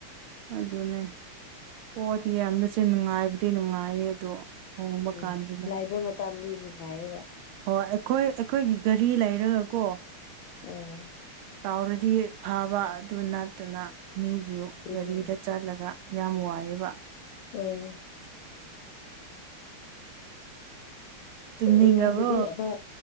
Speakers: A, on the right; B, on the left.
A: ꯑꯗꯨꯅꯦ ꯄꫭꯠ ꯌꯥꯝꯕꯁꯦ ꯅꯨꯡꯉꯥꯏꯕꯨꯗꯤ ꯅꯨꯡꯉꯥꯏꯌꯦ ꯑꯗꯣ ꯍꯣꯡꯕ
B: ꯎꯝ
A: ꯀꯥꯟꯗꯨꯅꯦ
B: ꯂꯥꯏꯕ ꯃꯇꯝꯗꯤ ꯅꯨꯡꯉꯥꯏꯌꯦꯕ꯫
A: ꯍꯣꯏ ꯑꯩꯈꯣꯏ ꯑꯩꯈꯣꯏꯒꯤ ꯒꯔꯤ ꯂꯩꯔꯒ ꯀꯣ
B: ꯎꯝ꯫
A: ꯇꯥꯎꯔꯗꯤ ꯐꯥꯕ ꯑꯗꯨ ꯅꯠꯇꯅ ꯃꯤꯒꯤ
B: ꯑꯗꯨꯅꯦ
A: ꯒꯔꯤꯗ ꯆꯠꯂꯒ ꯌꯥꯝ ꯋꯥꯑꯦꯕ꯫
B: ꯑꯣ꯫
A: ꯇꯨꯝꯅꯤꯡꯈ꯭ꯔꯕꯣ
B: ꯏꯃꯥꯟꯅꯕꯤ ꯑꯃ